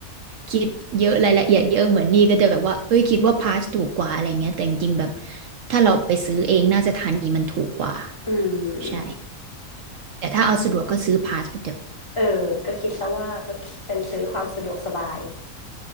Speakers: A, on the right; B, on the left.
A: คิดเยอะรายละเอียดเยอะเหมือนนี่ก็จะแบบว่าเอ้ยคิดว่าพาสถูกกว่าอะไรเงี้ยแต่จริงๆแบบถ้าเราไปซื้อเองน่าจะทันนี้มันถูกกว่า
B: อืม
A: ใช่แต่ถ้าเอาสะดวกก็ซื้อพาสไปเถอะ
B: เออก็คิดซะว่าเป็นซื้อความสะดวกสบาย